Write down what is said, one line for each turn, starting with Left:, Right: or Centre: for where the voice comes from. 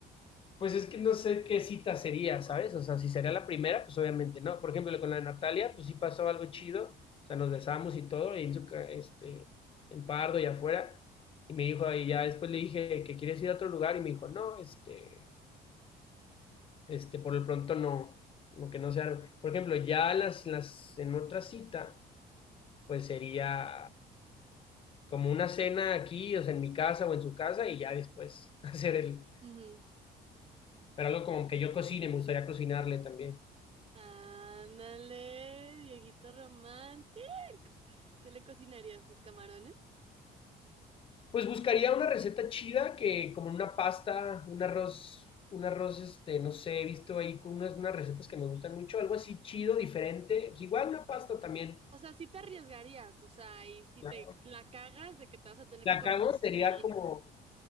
Left: Pues es que no sé qué cita sería, ¿sabes? O sea, si sería la primera, pues obviamente no. Por ejemplo, con la Natalia, pues sí pasó algo chido. O sea, nos besamos y todo, ahí en, su ca- este, en Pardo y afuera. Y me dijo, y ya después le dije que quieres ir a otro lugar. Y me dijo, no, este, este, por lo pronto no, no que no sea. Por ejemplo, ya las, las, en otra cita, pues sería como una cena aquí, o sea, en mi casa o en su casa, y ya después <laughs> hacer el.
Right: Ujú.
Left: Pero algo como que yo cocine, me gustaría cocinarle también.
Right: Ándale, Dieguito Romante. ¿Qué le cocinarías tus camarones?
Left: Pues buscaría una receta chida que como una pasta, un arroz, un arroz, este, no sé, he visto ahí con unas, unas recetas que me gustan mucho, algo así chido, diferente, pues
Right: Ujú.
Left: igual una pasta también.
Right: O sea, sí te arriesgarías, o sea, y si
Left: Claro.
Right: te la cagas de que te vas a tener
Left: La
Right: que comer
Left: cago
Right: lo
Left: sería
Right: que querías.
Left: como,